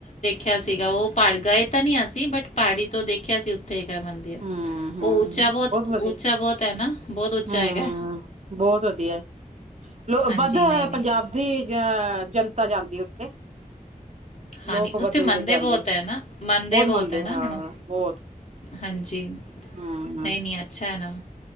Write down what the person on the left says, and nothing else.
ਦੇਖਿਆ ਸੀਗਾ ਉਹ ਪਹਾੜ ਗਏ ਤਾਂ ਨੀ ਅਸੀਂ ਬਟ ਪਹਾੜੀ ਤੋਂ ਦੇਖਿਆ ਸੀ ਉੱਥੇ ਜੈ ਮੰਦਿਰ
ਉੱਚਾ ਬਹੁਤ
ਉੱਚਾ ਬਹੁਤ ਹੈ ਨਾ ਬਹੁਤ ਉੱਚਾ
ਹੈਗਾ
ਹਾਂਜੀ
ਨਹੀਂ ਨਹੀਂ
ਹਾਂ
ਨਹੀਂ ਉੱਥੇ
ਮੰਦੇ
ਬਹੁਤ ਹੈ ਨਾ ਮੰਦੇ
ਹੈ ਨਾ
ਉਹਨਾਂ ਨੂੰ
ਹਾਂਜੀ
ਨਹੀਂ ਨਹੀਂ ਅੱਛਾ ਹੈਨਾ